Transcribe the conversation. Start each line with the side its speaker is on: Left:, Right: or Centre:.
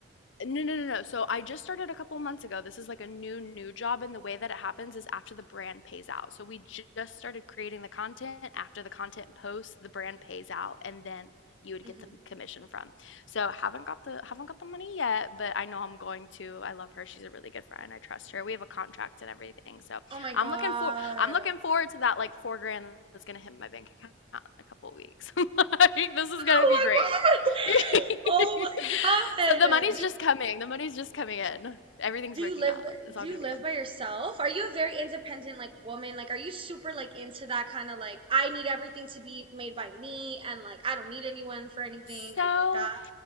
Left: No, no, no, no. So I just started a couple months ago. This is like a new, new job. And the way that it happens is after the brand pays out. So we ju- just started creating the content. After the content posts, the brand pays out and then you would
Right: hmm
Left: get the commission from. So haven't got the haven't got the money yet, but I know I'm going to. I love her. She's a really good friend. I trust her. We have a contract and everything. So
Right: Oh my God.
Left: I'm looking for I'm looking forward to that like four grand that's gonna hit my bank account in a couple weeks. <laughs> Like this is gonna
Right: Oh
Left: be great.
Right: my God. <laughs>
Left: <laughs>
Right: Oh my God.
Left: So the money's
Right: Do you
Left: just coming. The money's just coming in. Everything's
Right: Do
Left: working
Right: you live
Left: out. It's
Right: do
Left: all
Right: you
Left: gonna
Right: live
Left: be good.
Right: by yourself? Are you a very independent like woman? Like are you super like into that kind of like I need everything to be made by me and like I don't need anyone for anything?
Left: So
Right: Are you like that?